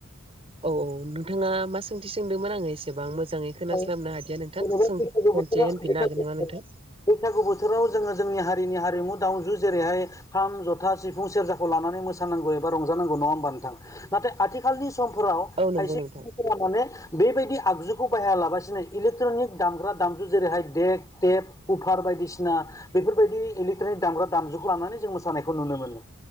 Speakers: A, on the right; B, on the left.
A: औ औ नोंथाङा मा सोंथि सोंदोंमोन आङो एसेबां मोजाङै खोनास्लाबनो
B: औ
A: हादिया नोंथां
B: जेनेबा
A: सों
B: बैसागु
A: खनसे
B: बोथोरा
A: होनफिननो
B: बैसागु
A: हागोन नामा नोंथां?
B: बैसागु बोथोराव जोङो जोंनि हारिनि हारिमु दामजु जेरैहाय खाम जथा सिफुं सेरजाखौ लानानै मोसानांगौ एबा रंजानांगौ नङा होमबा नोंथां? नाथाय आथिखालनि समफोराव
A: औ नंगौ
B: खायसे
A: नोंथां
B: सुबुंफोरा माने बेबायदि आगजु खौ बाहायालासिनो इलेक्ट्रनिक दामग्रा दामजु जेरैहाय डेक टेप <unintelligible> बायदिसिना बेफोरबायदि इलेकट्रनिक दामग्रा दामजुखौ लानानै जों मोसानायखौ नुनो मोनो